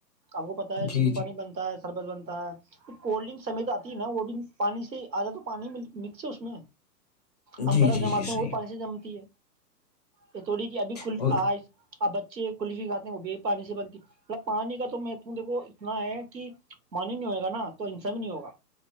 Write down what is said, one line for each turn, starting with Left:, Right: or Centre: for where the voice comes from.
Right: آپ کو پتا ہے
Left: جی
Right: نیبو
Left: جی
Right: پانی بنتا ہے سربت بنتا ہے کولڈ ڈرنک سمج آتی ہے نا وہ بھی پانی آدا تو پانی مکس ہے اس میں ہم
Left: جی
Right: برف
Left: جی
Right: جماتے
Left: جی
Right: ہیں
Left: صحیح
Right: وہ پانی سے جمتی ہے یہ تھوڑی کہ ابھی کل
Left: اور
Right: آ اب بچے کلفی کھاتے ہیں وہ ب پانی سے بنتی مطلب پانی کا تو میں دیکھو اتنا ہے کہ پانی نہیں ہوئے گا نا تو ہنسا بھی نہیں ہوگا